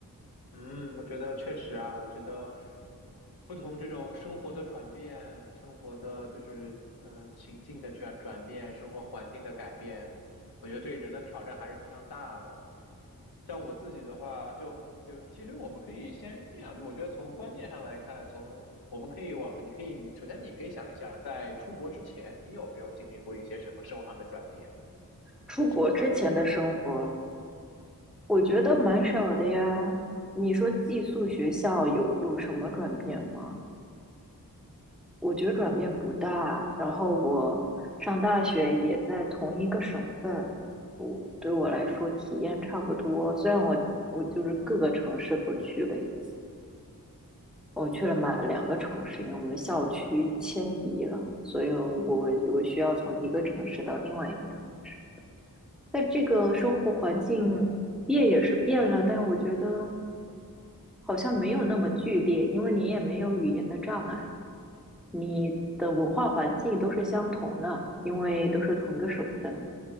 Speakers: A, on the left; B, in the centre.
A: 嗯，我觉得确实啊，我觉得不同这种生活的转变，生活的就是呃情境的转转变，生活环境的改变，我觉得对人的挑战还是非常大的。像我自己的话，就就其实我们可以先这样，就我觉得从观念上来看，从我们可以往你可以你首先你可以想一想，在出国之前，你有没有经历过一些什么生活上的转变，
B: 出国之前的生活，
A: 生活环境上的转变？
B: 我觉得蛮少的呀。你说寄宿学校有有什么转变吗？我觉得转变不大。然后我上大学也在同一个省份，我对我来说体验差不多。虽然我我就是各个城市都去了一次，我去了满两个城市，因为我们校区迁移了，所以我我需要从一个城市到另外一个城市。但这个生活环境变也是变了，但我觉得好像没有那么剧烈，因为你也没有语言的障碍。你的文化环境都是相同的，因为都是同一个省份，